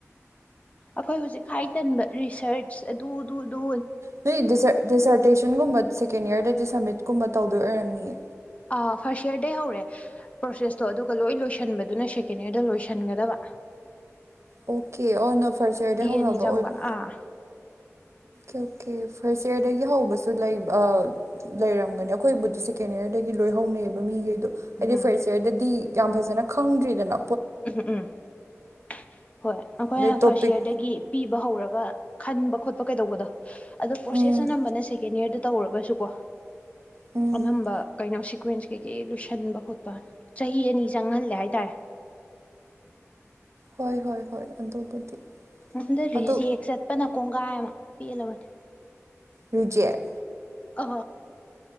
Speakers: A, on the left; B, on the right.
A: ꯑꯈꯣꯏ ꯍꯨꯖꯤꯛ ꯍꯥꯏ ꯇꯟꯕ ꯔꯤꯁꯔꯁ ꯑꯗꯨ ꯑꯗꯨ ꯗꯨ
B: ꯅꯣꯏ ꯗꯤꯖꯔꯠ ꯗꯦꯖꯥꯔꯇꯦꯁꯟꯒꯨꯝꯕ ꯁꯦꯀꯦꯟ ꯌꯔꯗꯗꯤ ꯁꯝꯃꯤꯠ ꯀꯨꯝꯕ ꯇꯧꯗꯣꯏ ꯑꯣꯏꯔꯝꯅꯤꯌꯦ
A: ꯑꯥ ꯐꯥꯔꯁ ꯌꯔꯗꯩ ꯍꯧꯔꯦ ꯄ꯭ꯔꯣꯁꯦꯁꯇꯣ ꯑꯗꯨꯒ ꯂꯣꯏ ꯂꯣꯏꯁꯟꯕꯗꯨꯅ ꯁꯦꯀꯦꯟ ꯌꯔꯗ ꯂꯣꯏꯁꯟꯒꯗꯕ
B: ꯑꯣꯀꯦ ꯑꯣ ꯅꯣ ꯐꯔꯆ ꯌꯔꯗꯩ ꯍꯧꯅꯕ
A: ꯑꯅꯤ ꯆꯪꯕ
B: ꯑꯣꯏꯕ
A: ꯑꯥ
B: ꯑꯣꯀꯦ ꯑꯣꯀꯦ ꯐꯥꯔꯁ ꯌꯔꯗꯒꯤ ꯍꯧꯕꯁꯨ ꯂꯩ ꯑꯥ ꯂꯩꯔꯝꯒꯅꯤ ꯑꯩꯈꯣꯏꯕꯨꯗꯤ ꯁꯦꯀꯦꯟ ꯌꯔꯗꯩ ꯒꯤ ꯂꯣꯏ ꯍꯧꯅꯩꯌꯦꯕ ꯃꯤꯒꯩꯗꯣ ꯍꯥꯏꯗꯤ
A: ꯎꯝ
B: ꯐꯔꯆ ꯌꯔꯗꯗꯤ ꯌꯥꯝ ꯐꯖꯅ ꯈꯪꯗ꯭ꯔꯤꯗꯅꯥ
A: ꯎꯍꯝ ꯎꯝ ꯍꯣꯏ ꯑꯈꯣꯏꯅ
B: ꯑꯗꯩ ꯇꯣꯄꯤꯛ
A: ꯐꯥꯔꯁ ꯌꯥꯔꯗꯒꯤ ꯄꯤꯕ ꯍꯧꯔꯒ ꯈꯟꯕ ꯈꯣꯠꯄ ꯀꯩꯗꯧꯕꯗꯣ ꯑꯗꯣ ꯄ꯭ꯔꯣꯁꯦꯁ
B: ꯎꯝ
A: ꯑꯅꯝꯕꯅ ꯁꯦꯀꯦꯟ ꯌꯔꯗ ꯇꯧꯔꯒꯁꯨ ꯀꯣ
B: ꯎꯝ
A: ꯑꯅꯝꯕ ꯀꯩꯅꯣꯁꯤ ꯁꯤꯀ꯭ꯋꯦꯟꯁ ꯀꯩꯀꯩ ꯂꯣꯏꯁꯟꯕ ꯈꯣꯠꯄ ꯆꯍꯤ ꯑꯅꯤ ꯆꯪꯍꯜꯂꯦ ꯍꯥꯏꯇꯥꯔꯦ
B: ꯍꯣꯏ ꯍꯣꯏ ꯍꯣꯏ ꯑꯗꯨꯕꯨꯗꯤ
A: ꯃꯊꯠꯗ ꯔꯤꯖꯦꯛ
B: ꯑꯗꯨ
A: ꯆꯠꯄꯅ ꯀꯣꯡꯒꯥꯏ ꯑꯃ ꯄꯦꯜꯂꯕꯅꯦ
B: ꯔꯤꯖꯦꯛ
A: ꯑ